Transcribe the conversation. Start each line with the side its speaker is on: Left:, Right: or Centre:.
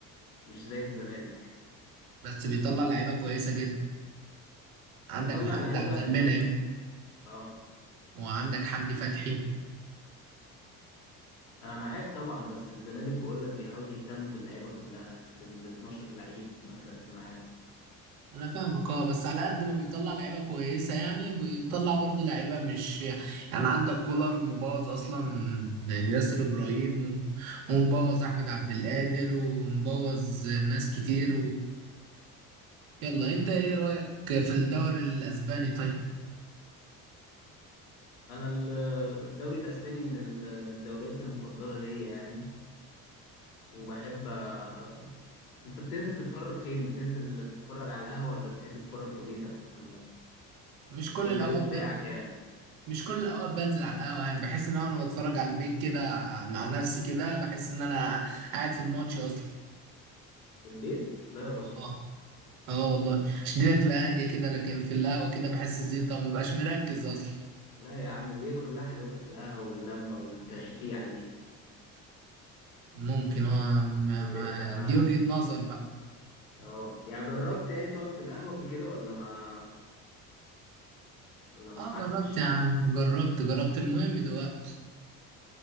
Left: مش زي الزمالك
Right: بس بيطلع لعيبة كويسة جدا عندك
Left: بيطلع
Right: محمد
Left: لعيبه
Right: عبد
Left: لا
Right: المنعم
Left: تت... اه
Right: وعندك حمدي فتحي
Left: انا معاك طبعا بس الزمالك بقول لك بيحاول يهتم باللعيبه كلها بال 12 لعيب مثلا اللي معاه
Right: أنا فاهمك أه بس على قد ما بيطلع لعيبة كويسة يعني بيطلع برضه لعيبة مش يعني عندك كولر مبوظ أصلا ياسر إبراهيم و- ومبوظ أحمد عبد القادر ومبوظ ناس كتير يلا انت ايه رأيك في الدوري الاسباني طيب
Left: انا ال- الدوري الاسباني من ال- من الدوريات المفضله ليا يعني وبحب أ- انت بتنزل تتفرج فين بتنزل تتفرج على القهوه ولا بتحب تتفرج في بيتك ولا
Right: مش كل
Left: ايه
Right: الاوقات
Left: الجو بتاعك
Right: بن...
Left: يعني
Right: مش كل الاوقات بنزل على القهوة يعني بحس ان انا وانا بتفرج على البيت كده مع نفسي كده بحس ان انا قاعد في الماتش اصلا
Left: في البيت لا يا راجل
Right: اه اه والله عشان الدنيا بتبقى هادية كده لكن في القهوة كده بحس زيطة ومبقاش مركز اصلا
Left: لا يا عم دي كلها حلاوتها في القهوه واللمه والتشجيع دي
Right: ممكن اه ما...
Left: بتبقى
Right: ما... دي وجهة نظر بقى
Left: اه يعني جربت يعني تقعد في القهوه قبل كده ولا ما ولا ما
Right: اه
Left: قعدتش
Right: جربت يا عم جربت جربت المهم دلوقتي